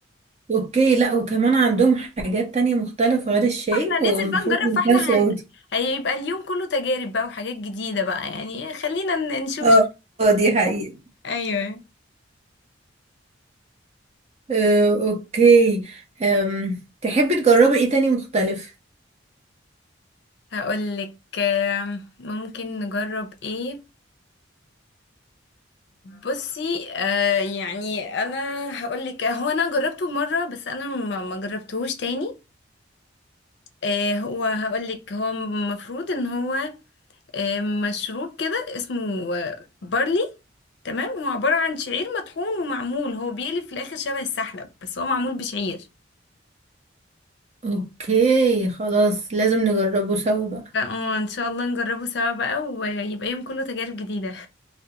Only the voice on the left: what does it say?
احنا ننزل
بقى نجرب
فاحنا
هن... هيبقى اليوم كله تجارب بقى وحاجات جديدة بقى يعني خلينا ن- نشوف
ايوه
هقولك آم، ممكن نجرب ايه بصي آه يعني انا هقولك هو انا جربته مرة بس انا ما ما جربتهوش تاني آه، هو هقولك هو المفروض ان هو آه، مشروب كده اسمه آه، بارلي تمام هو عبارة عن شعير مطحون ومعمول هو بيقلب في الآخر شبه السحلب بس هو معمول بشعير
فاه ان شاء الله نجربه سوا بقى ويبقى يوم كله تجارب جديدة